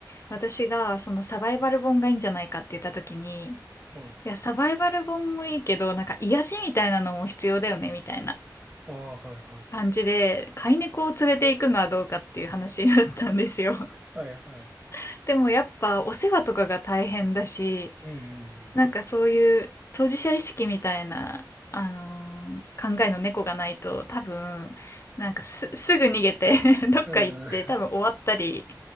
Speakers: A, on the left; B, on the right.
A: 私がそのサバイバル本がいいんじゃないかって言った時に、い
B: はい。
A: や、サバイバル本もいいけど、なんか癒しみたいなのも必要だよね、みたいな
B: ああ、はいはい。
A: 感じで、飼い猫を連れて行くのはどうかっていう話だったんですよ。
B: はいはい。
A: <laughs> でもやっぱお世話とかが大変だし、
B: うんうん
A: なんかそういう当事者意識みたいな、あのー考えの猫がないと多分なんかす、すぐ逃げて <laughs> どっか行って多分終わったり、
B: うん。うん、